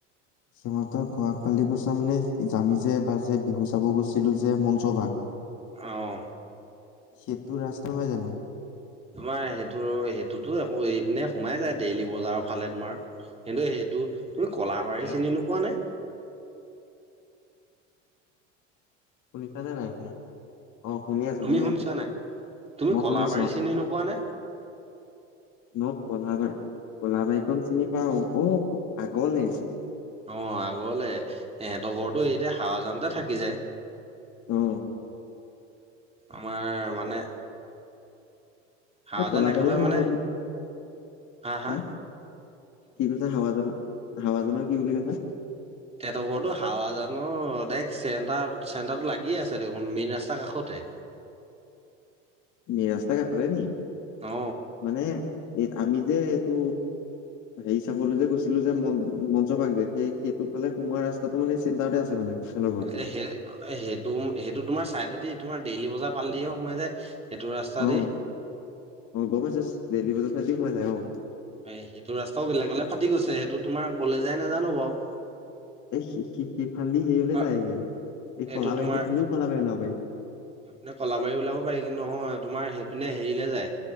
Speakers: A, on the left (about 50°); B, on the right (about 15°).
A: সিহঁতৰ খোৰক পালি গুচাম নে জামি যে এবাৰ যে বিহু চাব গৈ ছিলো যে মঞ্চ ভাগ
B: অহ
A: সেইটো ৰাস্তা নহয় জানো
B: তোমাৰ সেইটো সেইটোতো আকৌ এই ফালে সোমাই যায় ডেইলি বজাৰৰ ফালে তোমাৰ এনে সেইটো তুমি কলাবাৰী
A: হেল্ল'
B: চিনি নোপোৱা নে?
A: শুনিছানে নাই শুনা অ শুনি আছো
B: তুমি
A: শুনি
B: শুনিছা
A: আছো
B: নাই? তুমি
A: মই
B: কলাবাৰী
A: শুনিছো
B: চিনি নোপোৱা নে?
A: মোক কলাবাৰী কলাবাৰীখন চিনি পাওঁ অ আগলে
B: অ আগলে ইহঁতৰ ঘৰতটো এতিয়া হাৱাজানতে থাকি যায়
A: অ
B: আমাৰ মানে হাৱাজান
A: এ কলাবাৰী
B: একেবাৰে
A: মই
B: মানে
A: অলপ দি
B: হা হা
A: হ কি কৈছা হাৱাজান হাৱাজানৰ কি বুলি কৈছা?
B: এহেতৰ ঘৰতো হাৱাজানৰ ডাইৰেক্ট চেণ্টাৰ চেণ্টাৰটো লাগিয়ে আছে দেখোন মেইন ৰাস্তাৰ কাষতে।
A: মেইন ৰাস্তা কাষতে নি,
B: অ
A: মানে এই আমি যে এইটো হেৰি চাবলৈ যে গৈছিলো যে ম মঞ্চভাগজে সেই সেইটো ফালে সোমোৱা ৰাস্তাটো মানে চেণ্টাৰতে আছে মানে। সিহঁতৰ ঘৰ
B: এ সেই সেইটো- সেইটো তোমাৰ চাইডেদি তোমাৰ ডেইলি বজাৰ ফাল দিহে সোমাই যায়। সেইটো ৰাস্তা
A: অ-অ'
B: দি
A: <unintelligible> দেইলি বজাৰত ফালদিয়ে সোমাই যায়, অঁ।
B: এ সেইটো ৰাস্তাও বেলেগলে ফাটি গৈছে সেইটো তোমাৰ ক'লে যায় নাজানো বাৰু।
A: এই <unintelligible>
B: হয়,
A: যায়গে এই কলাবাৰী
B: এইটো তোমাৰ
A: সেইফালেদিও কলাবাৰী ওলাব পাৰি
B: নে কলাবাৰী ওলাব পাৰি কিন্তু নহয় তোমাৰ সেই পিনে হেৰিলে যায়